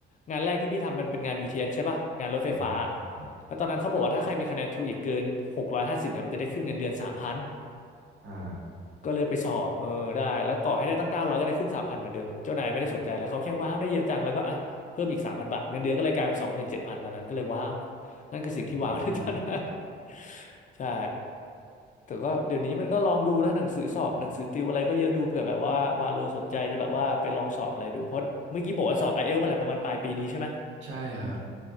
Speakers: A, on the left; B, on the right.
A: งานแรกที่พี่ทำมันเป็นงานบีทีเอสใช่ป่ะงานรถไฟฟ้า
B: อืมครับผม
A: แล้วตอนนั้นเขาบอกว่าถ้าใครมีคะแนนทูอีกเกินหกร้อยห้าสิบเนี่ยมันจะได้ขึ้นเงินเดือนสามพัน
B: อ่า
A: ก็เลยไปสอบเออได้แล้วต่อให้ได้ตั้งเก้าร้อยก็ได้ขึ้นสามพันเหมือนเดิมเจ้านายไม่ได้สนใจแล้วเขาแค่ว้าวได้เยอะจังแล้วก็อ่ะเพิ่มอีกสามพันบาทเงินเดือนก็เลยกลายเป็นสองหมื่นเจ็ดพันตอนนั้นก็เลยว้าวนั่นคือสิ่งที่
B: อื
A: <laughs> ว้าวในตอนนั้น
B: ม
A: <laughs> ใช่แต่ก็เดี๋ยวนี้มันก็ลองดูนะหนังสือสอบหนังสือติวอะไรก็เยอะดูเผื่อแบบว่าว่าโลสนใจจะแบบว่าไปลองสอบอะไรดูเพราะเมื่อกี้บอกว่าสอบไอเอลมาแหละประมาณปลายปีนี้ใช่ไหม
B: ใช่ครับ